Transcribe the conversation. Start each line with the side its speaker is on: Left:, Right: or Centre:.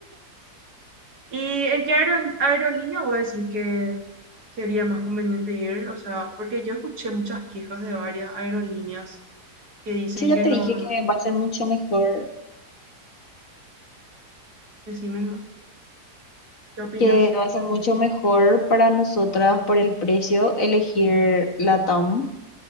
Right: ¿Y en qué aero- aerolínea voy a decir que sería más conveniente ir? O sea, porque yo escuché muchas quejas de varias aerolíneas que dicen
Left: Yo ya
Right: que
Left: te
Right: no.
Left: dije que va a ser mucho mejor,
Right: Decime más. ¿Qué opinas?
Left: que va a ser mucho mejor para nosotras por el precio elegir Latam